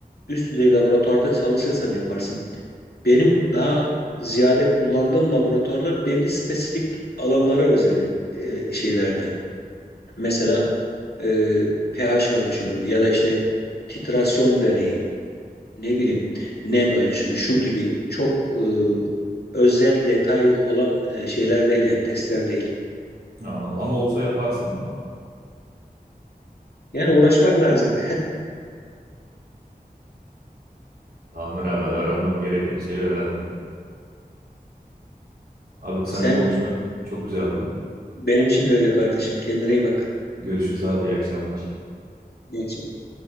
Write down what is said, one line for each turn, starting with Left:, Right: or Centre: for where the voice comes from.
Left: üst düzey laboratuvarda çalışırsan yaparsın. Benim daha ziyade kullandığım laboratuvarlar belli spesifik alanlara özellik e, şeylerde. Mesela e, pH ölçümü ya da işte titrasyon deneyi, ne bileyim nem ölçümü şu gibi çok e, özel detayı olan e, şeyler değil yani testler değil.
Right: Anladım ama olsa yaparsın değil mi?
Left: Yani
Right: E,
Left: uğraşmak
Right: bir-
Left: lazım.
Right: Tamamdır abi ben öğrenmem gereken şeyi öğrendim. Abi seninle
Left: <laughs> Sen
Right: konuşmak çok güzeldi.
Left: benim için de öyle kardeşim. Kendine iyi bak.
Right: Görüşürüz abi iyi akşamlar.
Left: İyi akşamlar.